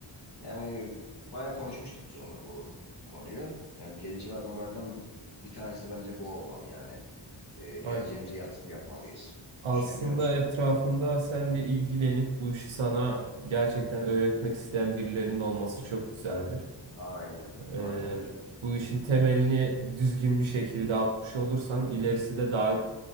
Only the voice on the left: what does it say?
Yani bayağı konuşmuştuk biz onunla bu konuyu. Yani gelecek adımlardan bir tanesi de bence bu olmalı yani. E, geleceğimize
yatırım yapmalıyız.
Düşünebiliyor musun? Yani
aynen,
aynen öyle.